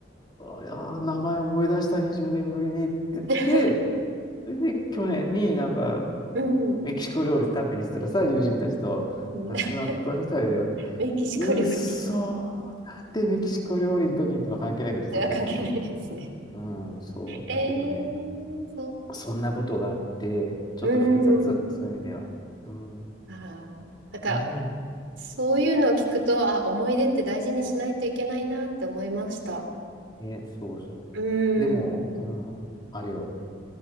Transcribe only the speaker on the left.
あいやー、名前思い出した20年ぶりにって言って、
それで去年になんか、
メキシコ料理食べに行ったらさ、友人たちと、
亡くなったみたいだよって。
うっそー、なんでメキシコ料理の時にってまあ関係ないけどさ、
それはさ。うん、そう。
だけどね、
そんなことがあって、ちょっと複雑、
そういう意味では。うん、
なん、
ね、そうそう。
でも、
うん、あれよ。